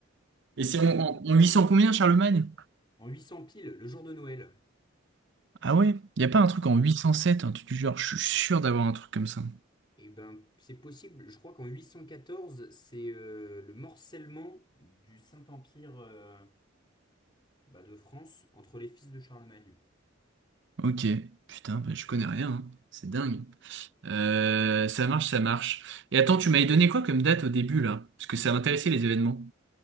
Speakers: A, on the left; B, on the right.
A: d'Occident.
B: Et c'est en, en- en 800 combien, Charlemagne?
A: En 800 piles, le jour de Noël.
B: Ah ouais? Y a pas un truc en
A: C'est-
B: 807, un truc du genre, je suis sûr d'avoir un truc comme ça.
A: Eh ben, c'est possible. Je crois qu'en 814, c'est euh, le morcellement du Saint-Empire euh, bah, de France entre les fils de Charlemagne.
B: Ok, putain, bah, je connais rien, hein. C'est dingue. Euh, ça marche, ça marche. Et attends, tu m'avais donné quoi comme date au début là? Parce que ça m'intéressait les événements.